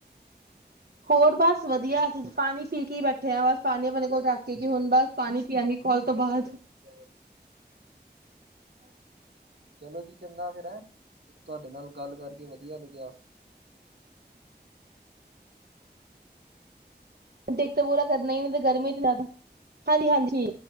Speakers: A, on the right; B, on the right.
A: ਹੋਰ ਬਸ ਵਧੀਆ ਅਸੀਂ ਪਾਣੀ ਪੀ ਕੇ ਬੈਠੇ ਹਾਂ ਬਸ ਪਾਣੀ ਆਪਣੇ ਕੋਲ ਰੱਖ ਕੇ ਕਿ ਹੁਣ ਬਸ ਪਾਣੀ ਪੀਆਗੇ ਕੋਲ ਤੋਂ
B: ਵਧੀਆ
A: ਬਾਅਦ
B: ਆ ਵਧੀਆ ਆ। ਚਲੋ ਜੀ ਚੰਗਾ ਫਿਰ ਐ, ਤੁਹਾਡੇ ਨਾਲ ਗੱਲ ਕਰਕੇ ਵਧੀਆ ਲੱਗਿਆ
A: ਦਿੱਕਤ ਪੂਰਾ ਕਰਨਾ ਹੀ ਤੇ ਗਰਮੀ ਤੇ ਜ਼ਿਆਦਾ, ਹਾਂਜੀ ਹਾਂਜੀ